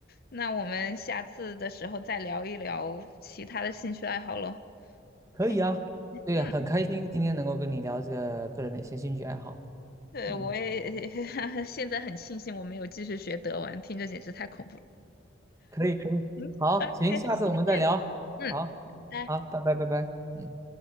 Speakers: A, on the left; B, on the right.
A: 那我们下次的时候再聊一聊其他的兴趣爱好喽，
B: 可以啊，
A: 看看，
B: 对啊，
A: 嗯。
B: 很开心今天能够跟你聊这个个人的一些兴趣爱好。
A: 对，
B: 嗯。
A: 我也 <laughs> 现在很庆幸我没有继续学德文，听着简直太恐怖了。
B: 可以可以，
A: 嗯，OK，
B: 好，行，下次我们再聊，
A: 谢谢，嗯，
B: 好，
A: 拜。
B: 好，拜拜拜拜，嗯。